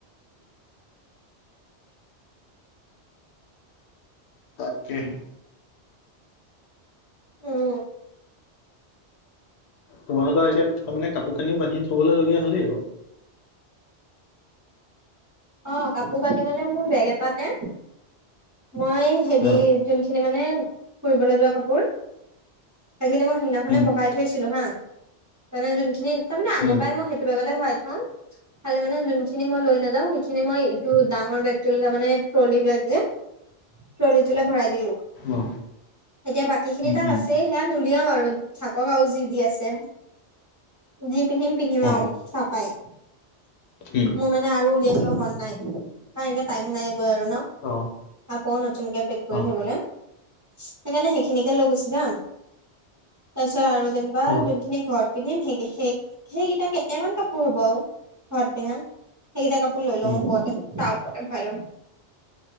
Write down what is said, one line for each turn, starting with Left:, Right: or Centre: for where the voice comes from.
Left: তাকেহে
Right: উম
Left: তোমালোকৰ এতিয়া তাৰমানে কাপোৰ কানিও বান্ধি থবলগীয়া হলেই আৰু
Right: অ কাপোৰ কানি মানে মোৰ বেগ এটাতে মই হেৰি
Left: অ
Right: যোনখিনি মানে ফুৰিবলে যোৱা কাপোৰ সেইখিনি মই সিদিনাখনে
Left: উম
Right: ভৰাই থৈছিলো হা তামানে যোনখিনি মানে আগৰ
Left: উম
Right: পৰাই মই সেইটো বেগতে ভৰাই থওঁ খালি মানে যোনখিনি মই লৈ নাযাওঁ সেইখিনি মই। টো ডাঙৰ বেগটো তাৰ মানে ট্ৰলি বেগ যে ট্ৰলি তোলে ভৰাই দিলো
Left: অ
Right: এতিয়া বাকী খিনি
Left: উম
Right: তাত
Left: উম
Right: আছে সেয়া নুলিয়াও আৰু থাকক আৰু যি যি আছে। যি পিন্ধিম পিন্ধিম
Left: অ
Right: আৰু তাপাই
Left: উম
Right: মোৰ মানে আৰু উলিয়াই। কিয় মন নাই কাৰ এতিয়া টাইম নাই গৈ আৰু ন
Left: অ
Right: আকৌ নতুনকে পেক কৰি
Left: অ
Right: থাকিবলে সেইকাৰণে সেইখিনিকে লৈ গুচি যাম তাৰপিছত আৰু যেনিবা
Left: অ
Right: যোনখিনি ঘৰত পিন্ধিম সেই সেই সেইকেইটা কেইটামান কাপোৰ হ'ব আৰু ঘৰত পিন্ধা সেইকেইটা কাপ লৈ লও
Left: উম
Right: ওপৰতে তাৰ ওপৰতে ভৰাই লম